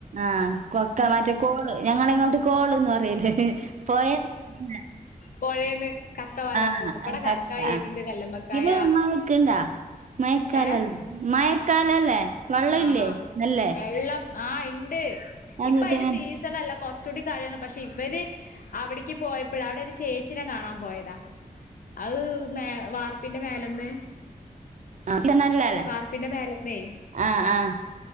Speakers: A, on the right; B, on the left.
A: ആഹ് കൊക്ക മറ്റേ കോള് ഞങ്ങള് ഇങ്ങോട്ട് കോള്ന്ന് പറയല് പോയെ പിന്നെ
B: പുഴേന്ന് കക്ക വരാൻ
A: ആഹ്
B: പോകും ഇവിടെ
A: ആഹ് കക്ക ആഹ്
B: എരുന്ത് കല്ലുമ്മക്കായ
A: ഇത് ഉമ്മ വിക്ക്ണ്ടാ മയക്കാലം
B: ഏഹ്
A: മയക്കാലല്ലേ വെള്ളംല്ലേ
B: ആഹ്
A: നല്ലേ
B: വെള്ളം ആഹ് ഇണ്ട്
A: എന്നിട്ട്
B: ഇപ്പൊ അതിന്റെ സീസൺ അല്ല കൊറചൂടികഴിയണം പക്ഷെ ഇവര് അവിടെക്ക് പോയപ്പഴ അവിടെ ഒരു ചേച്ചിനെ കാണാൻ പോയതാ അത് മേ വാർപ്പിന്റെ മേലന്ന്
A: <unintelligible>
B: വാർപ്പിന്റെ മേലെന്നെ
A: ആഹ് ആഹ്